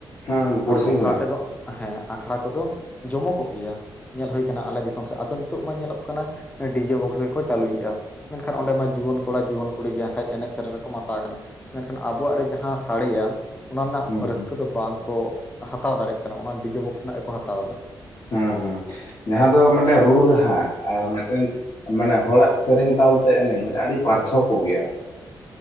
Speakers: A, on the left; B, on the left.
A: ᱦᱩᱸ ᱯᱩᱲᱥᱤ
B: ᱟᱫᱚ ᱚᱱᱠᱟ
A: ᱠᱷᱚᱱᱟᱜ
B: ᱛᱮᱫᱚ ᱦᱮᱸ ᱟᱠᱷᱲᱟ ᱠᱚᱫᱚ ᱡᱚᱢᱚ ᱠᱚᱜ ᱜᱮᱭᱟ᱾ ᱧᱮᱞ ᱦᱩᱭ ᱠᱟᱱᱟ ᱟᱞᱮ ᱫᱤᱥᱚᱢ ᱥᱮᱫ ᱟᱫᱚ ᱱᱤᱛᱚᱜ ᱢᱟ ᱧᱮᱞᱚᱜ ᱠᱟᱱᱟ ᱰᱤᱡᱮ ᱵᱚᱠᱥ ᱜᱮᱠᱚ ᱪᱟᱹᱞᱩᱭᱼᱼ ᱢᱮᱱ ᱠᱷᱟᱱ ᱚᱸᱰᱮ ᱢᱟ ᱡᱩᱣᱟᱹᱱ ᱠᱚᱲᱟ ᱡᱩᱣᱟᱹᱱ ᱠᱩᱲᱤ ᱜᱮ ᱟᱝᱠᱷᱟᱡ ᱮᱱᱮᱡ ᱥᱮᱨᱮᱧ ᱨᱮᱠᱚ ᱢᱟᱛᱟᱣ ᱠᱟᱱᱟ᱾ ᱢᱮᱱ ᱠᱷᱟᱱ ᱟᱵᱚᱣᱟᱜ ᱨᱮ ᱡᱟᱦᱟᱸ ᱥᱟᱲᱮᱭᱟᱼᱼ ᱚᱱᱟ ᱨᱮᱱᱟᱜ
A: ᱦᱩᱸ
B: ᱨᱟᱹᱥᱠᱟᱹ
A: ᱦᱩᱸ
B: ᱫᱚ ᱵᱟᱝ ᱠᱚ ᱦᱟᱛᱟᱣ ᱫᱟᱲᱭᱟᱜ ᱠᱟᱱᱟ ᱚᱱᱟ ᱰᱤᱡᱮ ᱵᱚᱠᱥ ᱨᱮᱱᱟᱜ ᱜᱮ ᱠᱚ ᱦᱟᱛᱟᱣ ᱮᱫᱟ᱾
A: ᱦᱮᱸ ᱦᱮᱸ ᱡᱟᱦᱟᱸ ᱫᱚ ᱢᱤᱫ ᱴᱮᱱ ᱨᱩ ᱨᱟᱦᱟ ᱟᱨ ᱢᱤᱫᱴᱮᱱᱼᱼ ᱢᱟᱱᱮ ᱦᱚᱲᱟᱜ ᱥᱮᱨᱮᱧ ᱛᱟᱞᱛᱮ ᱮᱱᱮᱡ ᱟᱹᱰᱤ ᱯᱟᱨᱛᱷᱚᱠ ᱠᱚ ᱜᱮᱭᱟ᱾